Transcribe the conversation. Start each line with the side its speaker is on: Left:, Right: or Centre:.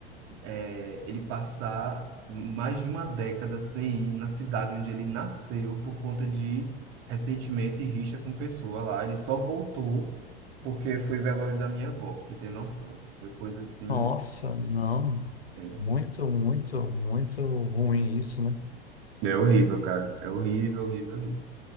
Right: é, ele passar mais de uma década sem ir na cidade onde ele nasceu por conta de ressentimento e rixa com pessoa lá. Ele só voltou porque foi velório da minha avó, pra você ter noção. Foi coisa assim.
Left: Nossa, não.
Right: É,
Left: Muito, muito, muito ruim isso, né?
Right: é horrível, cara. É horrível, horrível, horrível.